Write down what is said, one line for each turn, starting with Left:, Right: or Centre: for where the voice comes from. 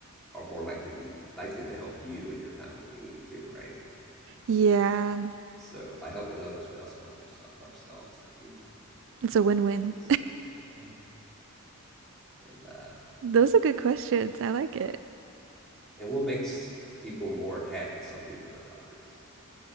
Centre: are more likely to likely to help you in your time of need too, right?
Right: Yeah.
Centre: So by helping others, we also help yourself ourselves, like you
Right: It's a win-win.
Centre: like you said, yeah. And uh,
Right: Those are good questions. I like it.
Centre: and what makes people more attached to some people than others?